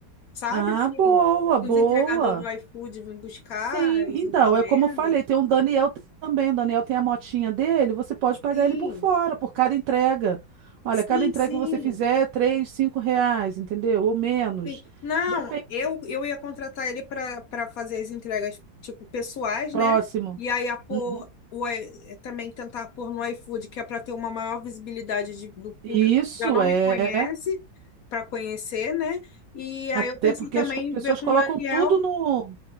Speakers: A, on the left (about 65°); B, on the right (about 70°).
A: sabe?
B: Ah,
A: Assim,
B: boa, boa.
A: os entregadores do iFood vêm buscar
B: Sim,
A: as
B: então,
A: encomendas.
B: é como eu falei, tem um Daniel também, o Daniel tem a motinha dele, você pode pagar
A: Sim,
B: ele por fora, por cada entrega. Olha,
A: sim,
B: cada entrega
A: sim.
B: que você fizer é 3, 5 reais, entendeu? Ou menos.
A: Sim. Não,
B: Depende.
A: eu, eu ia contratar ele para para fazer as entregas, tipo, pessoais,
B: Próximo.
A: né? E aí a pôr,
B: Uhum.
A: o, i- eh, também tentar pôr no iFood, que é para ter uma maior visibilidade de- do público
B: Isso
A: que já não
B: é,
A: me conhece, para conhecer, né? E aí
B: até
A: eu pensei
B: porque
A: também
B: as co- pessoas
A: em ver com
B: colocam
A: o Daniel,
B: tudo no,